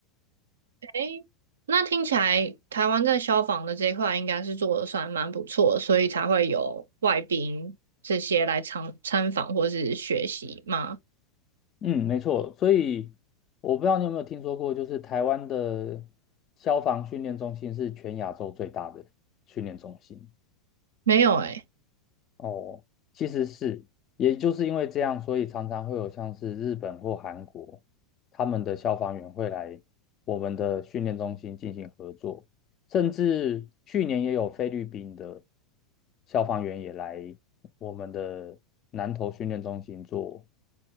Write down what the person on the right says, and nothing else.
诶，那听起来台湾在消防的这一块应该是做的算蛮不错的，所以才会有外宾这些来参参访或是学习吗？
没有诶。